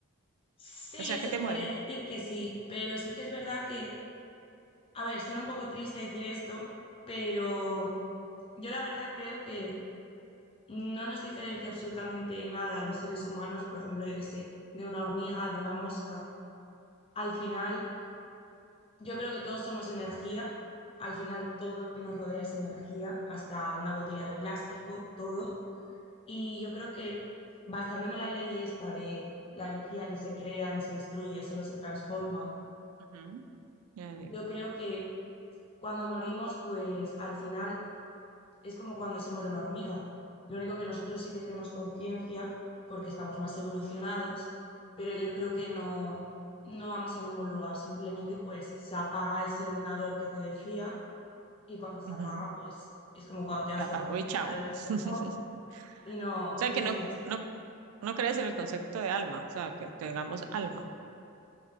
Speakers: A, on the left; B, on the right.
A: Sí,
B: O sea,
A: se
B: ¿qué te
A: podría
B: mueve?
A: decir que sí, pero sí que es verdad que A ver, suena un poco triste decir esto, pero yo la verdad creo que no nos diferencia absolutamente nada a los seres humanos, por ejemplo, yo qué sé, de una hormiga, de una mosca. Al final, yo creo que todos somos energía. Al final, todo lo que nos rodea es energía, hasta una botella de plástico, todo. Y yo creo que basándome en la ley esta de la energía ni se crea ni se destruye, solo se transforma,
B: Ujú. Ya digo,
A: yo creo que cuando morimos, pues al final es como cuando se muere una hormiga. Lo único que nosotros sí que tenemos conciencia porque estamos más evolucionados, pero yo creo que
B: ok.
A: no, no vamos a ningún lugar. Simplemente pues se apaga ese ordenador que te decía y cuando se
B: Ujú.
A: apaga pues es como cuando te vas
B: Se apagó
A: a dormir,
B: y chao.
A: cierras los
B: <laughs>
A: ojos y no,
B: O sea,
A: y
B: que
A: no
B: no,
A: sabes nada.
B: no, no crees en el concepto de alma, o sea, que tengamos alma.